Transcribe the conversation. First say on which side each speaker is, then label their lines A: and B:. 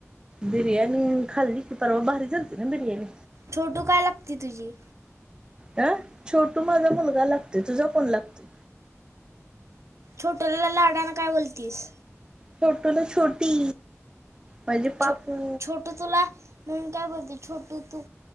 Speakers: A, on the right; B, on the right.
A: बिर्यानी खाल्ली की परवा भारी झालती ना बिर्यानी.
B: छोटू काय लागते तुझी?
A: अ छोटू माझा मुलगा लागतोय, तुझा कोण लागतोय?
B: छोटूला लाडान काय बोलतीस?
A: छोटू ना छोटी,, म्हणजे पापू
B: छो छोटू तुला,,, म्हणून काय बोलती,, छोटू तू